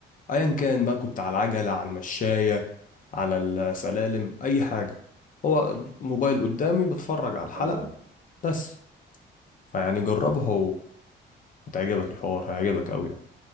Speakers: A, on the left; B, on the right.
A: ايا كان
B: امم
A: بقى كنت على العجلة على المشاية على السلالم اي حاجة هو الموبايل قدامي بتفرج على الحلقة
B: حلو قوي
A: بس فيعني جربها وهتعجبك الحوار هيعجبك قوي يعني